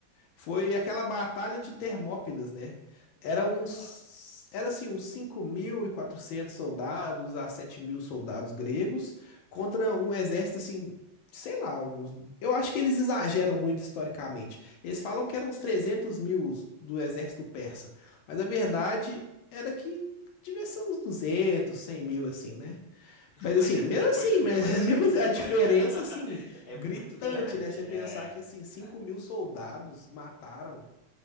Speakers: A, on the left; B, on the left.
A: Foi aquela batalha de Termópilas, né? Era uns,
B: ah,
A: era assim, uns 5.400 soldados a 7.000 soldados gregos contra um exército, assim, sei lá, uns- eu acho que eles exageram muito historicamente. Eles falam que eram uns trezentos mil os- do exército persa, mas a verdade
B: ah.
A: era que devia ser uns 200, cem mil, assim, né?
B: <laughs>
A: Mas
B: Mas
A: assim,
B: é muita
A: mesmo
B: coisa,
A: assim,
B: mesmo
A: me-
B: assim
A: <laughs> mesmo
B: é muita
A: a
B: coisa.
A: diferença
B: <laughs>
A: assim,
B: É
A: gritante,
B: muito grande.
A: né? Você
B: É,
A: pensar que assim, cinco
B: é.
A: mil soldados mataram,